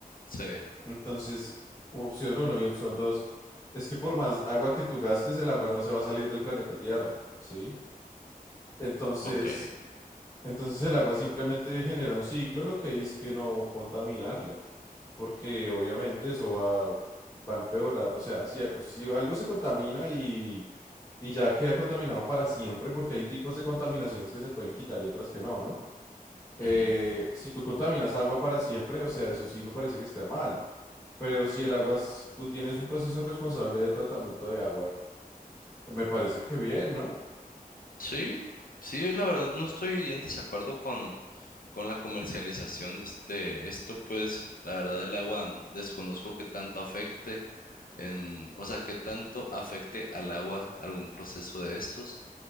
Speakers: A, on the left; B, on the left.
A: Sí,
B: Entonces, opción uno y opción dos es que por más agua que tú gastes, el agua no se va a salir del planeta Tierra, ¿sí? Entonces,
A: ok.
B: entonces el agua simplemente genera un ciclo, lo que hay es que no contaminarla, porque obviamente eso va, va a empeorar. O sea, si, si algo se contamina y y ya queda contaminado para siempre porque hay tipos de contaminaciones que se pueden quitar y otras que no, ¿no? Eh,
A: ujú.
B: si tú contaminas agua para siempre, o sea, eso sí me parece que está mal, pero si el agua, es- tú tienes un proceso responsable de tratamiento de agua, me parece que bien, ¿no?
A: Sí, sí, la verdad no estoy en desacuerdo con, con la comercialización de, es- de esto, pues la verdad el agua mm, desconozco qué tanto afecte en, o sea, qué tanto afecte al agua algún proceso de estos,